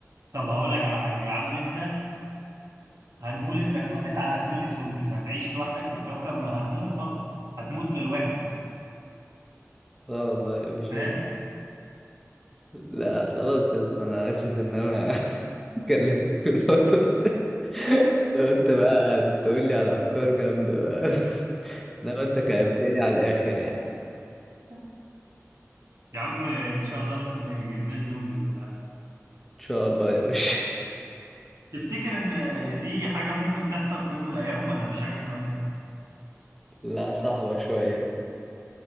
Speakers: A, on the right; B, in the centre.
A: طب هقول لك على حاجه يا عم انت هنقول انك قضيت على كل الزومبيز هتعيش لوحدك في الكوكب ما هتموت برضه هتموت من الوحده
B: اه والله يا باشا
A: فاهم
B: لا خلاص يا اسطى انا اسف ان انا <laughs> كلمتك في الفترة ده قلت بقى تقول لي على افكار جامدة بقى <laughs> انما انت كأبتني على الاخر يعني
A: <laughs> يا عم ان شاء الله بس ما يجيلناش زومبيز ولا حاجه
B: ان شاء الله يا باشا <laughs>
A: تفتكر ان دي حاجه ممكن تحصل في يوم من الايام ولا مفيش حاجه اسمها كده
B: لا صعبة شوية